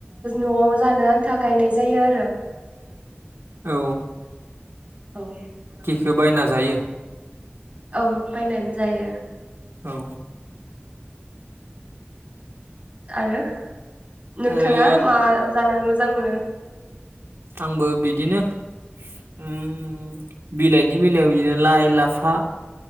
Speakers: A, on the right; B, on the right.
A: न'आव जानो आन्था गायनाय जायो आरो
B: औ
A: औ
B: सोबायनाजायो
A: औ बायनानै जायो।
B: औ
A: आरो नोंथाङा
B: आरो
A: मा जानानै मोजां मोनो।
B: आंबो बिदिनो उम बिलाइनि बेलायाव बिदिनो लाइ लाफा